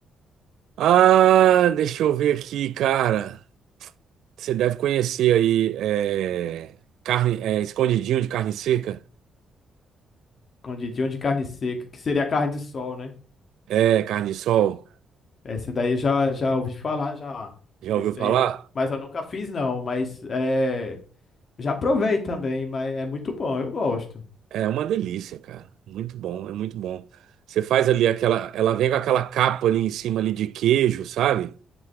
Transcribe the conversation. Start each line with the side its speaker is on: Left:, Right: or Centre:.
Right: Ah, deixa eu ver aqui, cara. Você deve conhecer aí, é, carne, é, escondidinho de carne seca,
Left: Escondidinho de carne seca, que seria carne de sol, né?
Right: é, carne de sol.
Left: Esse daí já já ouvi falar, já.
Right: Já
Left: Esse
Right: ouviu falar?
Left: aí, mas eu nunca fiz não, mas é, já provei também, mas é muito bom, eu gosto.
Right: É uma delícia, cara. Muito bom, é muito bom. Você faz ali aquela, ela vem com aquela capa ali em cima ali de queijo, sabe?